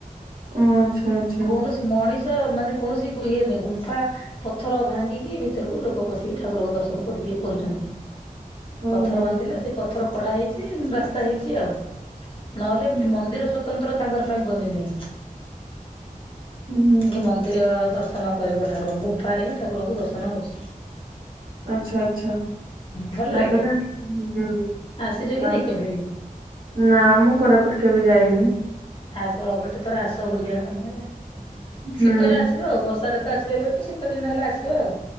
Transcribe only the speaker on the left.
କୌଣସି ମଣିଷ ଭକ୍ତ ମାନେ କୌଣସି ଇଏ ନାହିଁ ଗୁମ୍ଫା ପଥର ଭାଙ୍ଗିକି ଭିତରକୁ ଲୋକ ପଶିକି ଠାକୁରଙ୍କୁ ଦର୍ଶନ କରିକି କରୁଚନ୍ତି।
ପଥର ବାନ୍ଧିଥିଲା ସେ ପଥର ତଡା ହେଇଚି ରାସ୍ତା ହେଇଚି ଆଉ। ନହେଲେ
ଏମିତି ମନ୍ଦିର ସ୍ୱତନ୍ତ୍ର ତାଙ୍କର ପାଇଁ ବନିନି।
ଏ ମନ୍ଦିର ଦର୍ଶ ନ କରିବ ଠାକୁରଙ୍କୁ ଗୁମ୍ଫାରେ ହିଁ ଠାକୁରଙ୍କୁ ଦର୍ଶନ ହୋଉଚି।
ଭଲ
ଲାଗେ
ଆସିଛ କି
ନାଇଁ କେବେ ବି?
ଆସ ଗୋଟେ ଥର ଆସ ବୁଲିବା ପାଇଁ ହେଲା।
ଶୀତରେ ଆସିବ ଆଉ ବର୍ଷାରେ ତ ଆସି ବନି ଶୀତ ଦିନ ହେଲେ ଆସିବ ଆଉ।